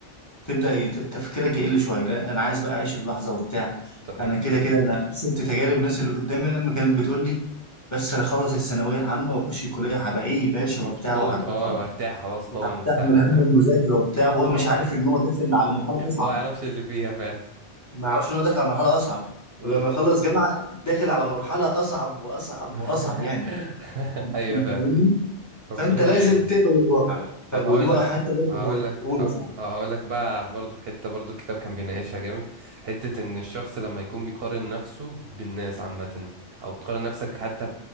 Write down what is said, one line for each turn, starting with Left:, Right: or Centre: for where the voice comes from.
Left: تبدا ي- ت- تفكيرك يقل شويه لا انا عايز بقى اعيش اللحظه وبتاع
Right: ت-
Left: انا كده
Right: مم.
Left: كده انا شفت تجارب الناس اللي قدامي لما كانت بتقول لي بس انا اخلص الثانويه العامه واخش الكليه هبقى ايه يا باشا
Right: مبسوط
Left: وبتاع وهبقى
Right: اه
Left: خ-
Right: وارتاح خلاص
Left: وهبتاع
Right: ضامن المستقبل
Left: من هم
Right: فاهم
Left: المذاكره وبتاع
Right: <laughs>
Left: وهو مش
Right: هو
Left: عارف ان هو داخل على مرحله اصعب
Right: هو ما يعرفش اللي فيها فعلا
Left: ما يعرفش ان هو داخل على مرحله اصعب
Right: امم
Left: ولما يخلص جامعه داخل على مرحله اصعب واصعب
Right: <laughs>
Left: واصعب يعني انت
Right: ايوه فعلا
Left: فاهمني
Right: ربنا
Left: فانت لازم
Right: يعيننا
Left: تقبل الواقع بقى
Right: طب
Left: ف-
Right: هقول
Left: ودي بقى
Right: لك
Left: حته برضه
Right: هقول
Left: هو
Right: لك
Left: اولى صعب
Right: هقول لك بقى برضو في حتة برضو الكتاب كان بيناقشها جامد حتة ان الشخص لما يكون بيقارن نفسه بالناس عامة او بتقارن نفسك حتى